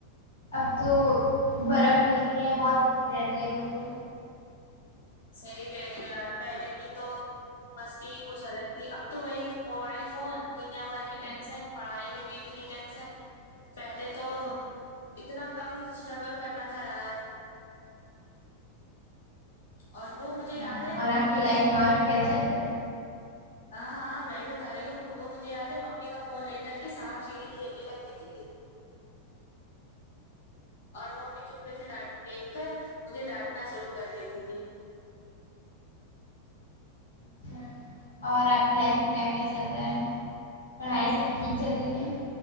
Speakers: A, on the left; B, on the left.
A: اب تو برف ملتی ہے بہت اچھی رہتی ہے وہ تو
B: صحیح کہہ رہے ہیں یار پہلے کی تو مستی کچھ الگ تھی اب تو وہی موبائل فون دنیا بھر کی ٹینسن پڑھائی میں بھی اتنی ٹینشن پہلے تو اتنا کم اسٹرگل کرنا تھا یار اور وہ مجھے
A: ہاں
B: یاد ہے جب
A: اور
B: ممی
A: آپ کی لائف
B: کا فون
A: میں اور
B: لے کر
A: کیا چل
B: کے
A: رہا ہے
B: ہاں ہاں میں بھی بتا رہی ہوں وہ مجھے یاد ہے ممی کا فون لے کر کے سانپ سیڑھی کھیلنے لگتی تھی اور ممی چپے سے ڈ دیکھ کر مجھے ڈانٹنا شروع کر دیتی تھی
A: اچھا اور آپ کی لائف میں کیا کیا چل رہا ہے پڑھائی سب ٹھیک چل رہی ہے